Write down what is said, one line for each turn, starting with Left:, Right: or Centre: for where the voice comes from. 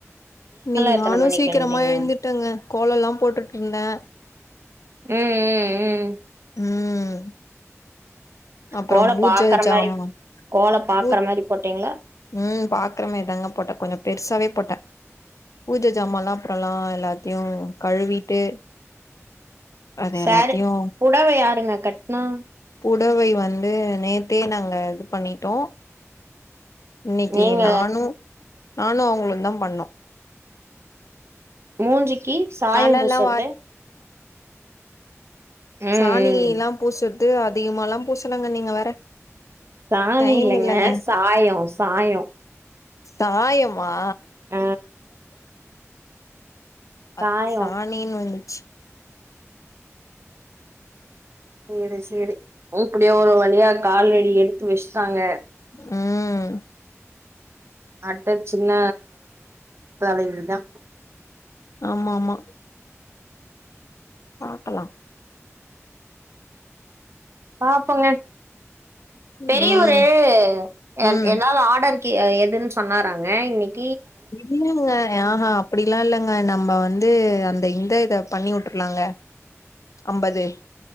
Left: நீங்க
Right: எத்தன
Left: நானு
Right: மணிக்கு
Left: சீக்கிரமா
Right: எழுந்தீங்க
Left: எழுந்துட்டங்க கோலலா போட்டுட்ருந்தே
Right: உம் உம் உம்
Left: உம் அப்றம்
Right: கோல
Left: பூஜ
Right: பாக்குற
Left: ஜாம்மா
Right: மாரி கோல பாக்குற
Left: பூஜ்
Right: மாரி போட்டீங்களா
Left: உம் பாக்கறமே தாங்க போட்ட கொஞ்ச பெருசாவே போட்ட பூஜை ஜாமாலாம் அப்றலா எல்லாத்தையு கழுவிட்டு அது
Right: சேரு
Left: எல்லாத்தையு
Right: புடவ யாருங்க கட்னா
Left: புடவை வந்து நேத்தே நாங்க இது பண்ணிட்டோ இன்னைக்கிட்ட
Right: நீங்க
Left: நானு நானு அவுங்ளுந்தா பண்ணோ
Right: மூஞ்சிக்கு சாயம்
Left: தலல்லா
Right: பூசறது ம்
Left: சாணிலா
Right: ம்
Left: பூசறது அதிகமாலா பூசலங்க நீங்க வேற
Right: சாணியிலங்க
Left: டைம் இல்லங்க
Right: சாயோ சாயோ
Left: சாயமா
Right: அ
Left: அ
Right: சாயோ
Left: சாணினு வந்து
Right: சேரி சேரி ஊப்புடியா ஒரு வழியா காலடி எடுத்து வஸ்ட்டாங்க
Left: உம்
Right: அட்ட சின்ன தலைவிதா
Left: ஆமாமா பாக்கலா
Right: பாப்பொங்க
Left: ம்
Right: பெரிய ஒரு எ
Left: ம்
Right: ஏதாவது ஆர்டர் கி எதுன் சொன்னாராங்க இன்னைக்
Left: இல்லங்க ஆஹா அப்டிலா இல்லங்க நம்ம வந்து அந் இந்த இந்த இத பண்ணி வுட்ரலாங்க அம்பது